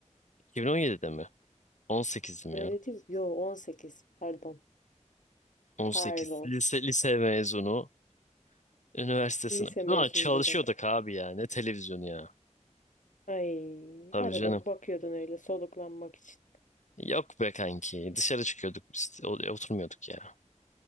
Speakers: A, on the left; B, on the left.
A: 2017'de mi? 18'dim
B: Öyle
A: ya.
B: değil mi? Yo 18. pardon.
A: 18.
B: Pardon.
A: Lise, lise mezunu. Üniversite sınavı.
B: Lise mezunu
A: Ulan çalışıyorduk
B: Berat.
A: abi ya. Ne televizyonu ya.
B: Ay
A: Tabii
B: arada
A: canım.
B: bir bakıyordun öyle soluklanmak için.
A: Yok be kanki. Dışarı çıkıyorduk biz. O- Oturmuyorduk ya.